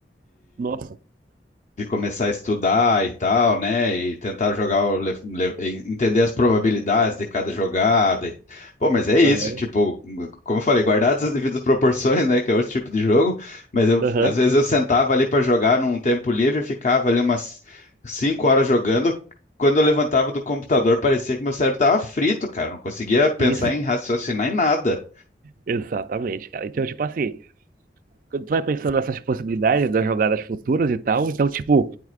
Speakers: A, on the right; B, on the left.
A: Nossa,
B: de começar a estudar e tal, né? E tentar jogar, o le- le- e entender as probabilidades de cada jogada. e- Pô, mas é isso,
A: aham,
B: tipo, como eu falei, guardadas as devidas proporções, né? Que é outro tipo de jogo, mas eu,
A: aham,
B: às vezes eu sentava ali para jogar num tempo livre e ficava ali umas cinco horas jogando. Quando eu levantava do computador, parecia que meu cérebro estava frito, cara. Não conseguia pensar
A: isso,
B: em raciocinar em nada.
A: exatamente, cara. Então, tipo assim, quando tu vai pensando nessas possibilidades das jogadas futuras e tal, então, tipo,